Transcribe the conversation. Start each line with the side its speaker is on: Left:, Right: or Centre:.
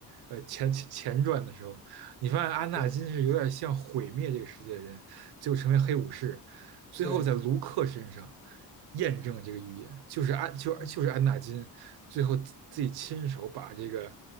Right: 呃前前前传的时候，你发现安纳金是有点像毁灭这个世界的人，
Left: 对
Right: 最后成为黑武士，最后在卢克身上
Left: 对，
Right: 验证了这个预言，就是安就就是安纳金最后自自己亲手把这个
Left: 嗯，